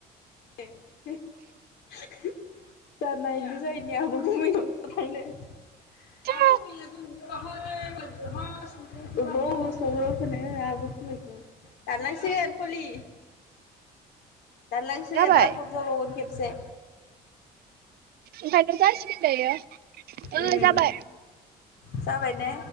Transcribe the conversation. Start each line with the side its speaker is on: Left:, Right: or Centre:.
Left: <unintelligible> जानायनि जाहैनि <unintelligible> गुमैनाव थांनो <unintelligible> <unintelligible>
Right: थो
Left: ओबाव सौग्रावखोनो आबो <inaudible> लिखौ दानलांसिगोन फलि दानलांसिगोन
Right: जाबाय
Left: आरो हरजाबावगोन खेबसे
Right: ओंखायथ' जासिगोन दायो ओ
Left: उम
Right: जाबाय
Left: जाबाय ने